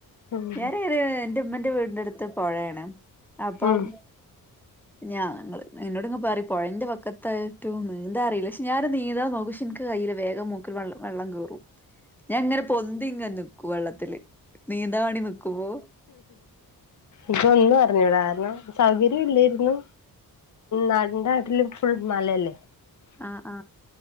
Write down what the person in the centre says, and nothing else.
ഞാനര് എൻ്റെ ഉമ്മൻ്റെ വീടിന്റെ അടുത്ത് പുഴയാണ് അപ്പം
ഞാ നി എന്നോട്ങ് പറയി പുഴന്റെ വക്കത്തായിട്ടും നീന്താ അറിയില്ല പക്ഷെ ഞാനൊ നീന്താൻ നോക്കി പക്ഷെ എനിക്ക് കയ്യിയില് വേഗം മൂക്കില് വെള്ളം കേറും ഞാൻങ്ങനെ പൊന്തിങ്ങലും കു വെള്ളത്തില് നീന്താൻ വേണ്ടി നിക്കുമ്പോ
ആ ആ